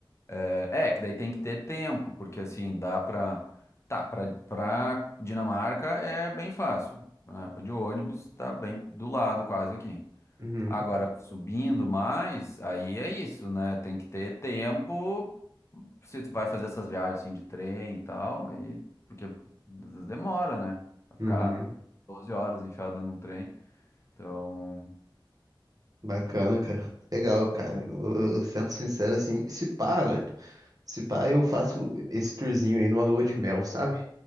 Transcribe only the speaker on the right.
Uhum,
uhum.
Bacana, cara. Legal, cara.
Eu, eu sendo sincero, assim, se pá, velho. Se pá, eu faço esse tourzinho aí numa lua de mel, sabe?